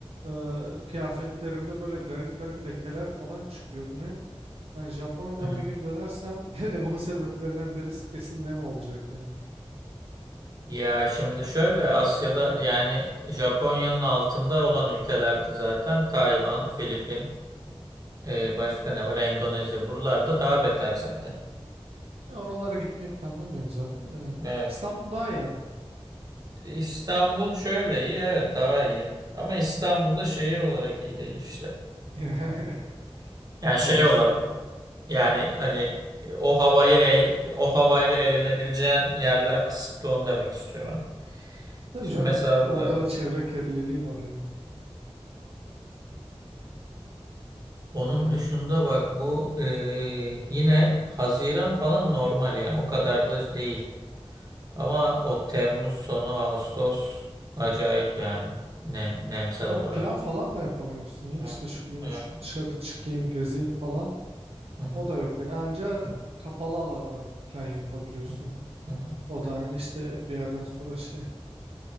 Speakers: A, on the right (about 75°); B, on the right (about 40°).
A: e, kıyafetlerimde böyle garip garip lekeler falan çıkıyor. Bunu hem yani Japonya'dan
B: <laughs>
A: bir gün
B: <laughs>
A: dönersem <laughs> e, bunun sebeplerinden birisi kesin nem olacak yani.
B: Ya şimdi şöyle Asya'da yani Japonya'nın altında olan ülkelerde zaten Tayvan, Filipin, e, başka ne var? Endonezya buralarda daha beter zaten.
A: E, oralara gitmeyi planlamıyorum zaten de yani.
B: Evet.
A: İstanbul daha iyi ama.
B: İstanbul şöyle iyi evet daha iyi. Ama İstanbul'da şehir olarak iyi değil işte.
A: <laughs>
B: Yani şey
A: Orası
B: olarak
A: öyle.
B: yani hani e, o havayı eğl- o havayla eğlenebileceğin yerler kısıtlı onu demek istiyorum hani.
A: Tabii
B: Şimdi
A: canım
B: mesela burada
A: orada
B: evet.
A: da çevre kirliliği var yani.
B: Onun
A: Yani
B: dışında bak bu eee, yine Haziran falan normal yani o kadar da değil. Ama o Temmuz sonu Ağustos acayip yani nem, nemsel
A: ya
B: olarak.
A: plan falan da yapamıyorsun ya
B: Evet,
A: işte şu gün
B: evet.
A: şu dışarı çıkayım gezeyim falan.
B: Hı hı,
A: O da yok yani anca
B: hı hı,
A: kapalı alanda plan yapabiliyorsun.
B: hı hı, hı hı.
A: O da yani işte bir yerden sonra şey.